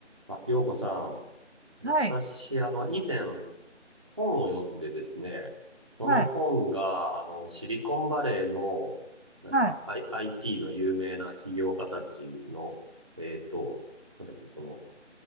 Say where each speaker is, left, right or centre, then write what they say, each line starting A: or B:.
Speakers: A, on the right; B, on the right.
A: あ、ようこさん。私、
B: はい、
A: あの、以前、本を読んでですね、その本が、
B: はい、
A: あの、シリコンバレーの、なんか、
B: はい、
A: I、IT の有名な起業家たちの、えっと、なんだっけ、その、